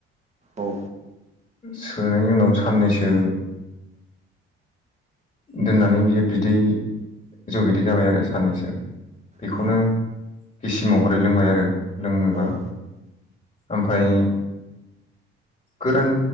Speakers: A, on the right; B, on the left.
A: औ
B: सो नायनि उनाव साननैसो दोननानै बियो बिदै जौ बिदै जाबाय आरो साननैसो बेखौनो
A: उम
B: गिसि महरै लोंबाय आरो लोंनोबा
A: औ
B: ओमफाय। गोरान